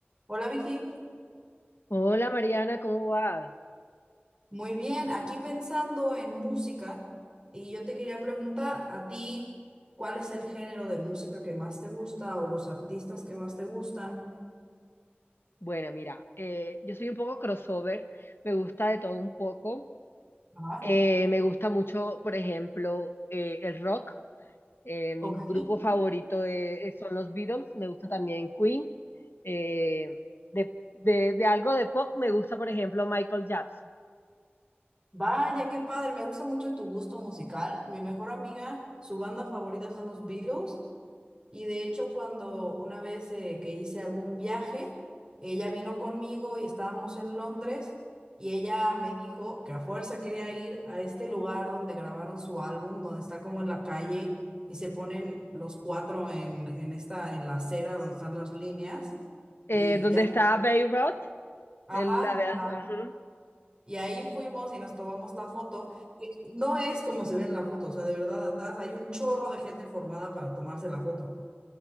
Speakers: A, on the right (about 25°); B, on the left (about 70°).
A: Hola Vicky,
B: Hola Mariana, ¿cómo vas?
A: muy bien. Aquí pensando en música y yo te quería preguntar a ti, ¿cuál es el género de música que más te gusta o los artistas que más te gustan?
B: Bueno, mira, eh, yo soy un poco crossover, me gusta de todo un poco.
A: Ajá.
B: Eh, me gusta mucho, por ejemplo, eh, el rock. Eh, mi
A: ok.
B: grupo favorito es- son los Beatles, me gusta también Queen. Eh, de, de- de algo de pop me gusta, por ejemplo, Michael Jackson.
A: Vaya, qué padre, me gusta mucho tu gusto musical. Mi mejor amiga, su banda favorita son los Beatles Y de hecho, cuando una vez eh, que hice algún viaje, ella vino conmigo y estábamos en Londres y ella me dijo que a fuerza quería ir a este lugar donde grabaron su álbum, donde está como en la calle y se ponen los cuatro en, en esta, en la acera donde están las líneas. Y
B: Eh, donde
A: ya,
B: está Bay Road,
A: ajá,
B: el- la de-
A: ajá.
B: ujú.
A: Y ahí fuimos y nos tomamos la foto. No es como se ve en la foto, o sea, de verdad atrás hay un chorro de gente formada para tomarse la foto.